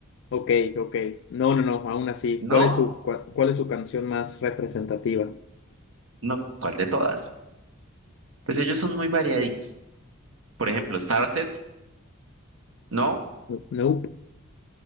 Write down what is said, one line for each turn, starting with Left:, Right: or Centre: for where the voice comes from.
Left: Ok, ok. No, no, no, aún así. ¿Cuál
Right: No,
Left: es su, cua- cuál es su canción más representativa?
Right: no, ¿cuál de todas? Pues ellos son muy variaditos. Por ejemplo, Starset, ¿no?
Left: Nope.